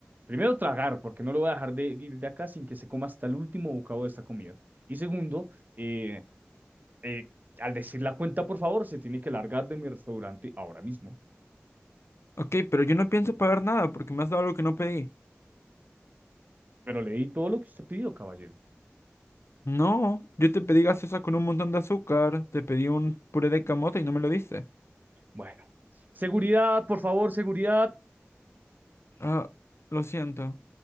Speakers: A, on the right (about 45°); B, on the left (about 85°).
A: primero tragar, porque no lo voy a dejar de ir de acá sin que se coma hasta el último bocado de esta comida. Y segundo, eh, eh, al decir la cuenta, por favor, se tiene que largar de mi restaurante ahora mismo.
B: Ok, pero yo no pienso pagar nada porque me has dado algo que no pedí.
A: Pero le di todo lo que usted pidió, caballero.
B: No, yo te pedí gaseosa con un montón de azúcar, te pedí un puré de camote y no me lo diste.
A: Bueno, seguridad, por favor, seguridad.
B: Ah, lo siento.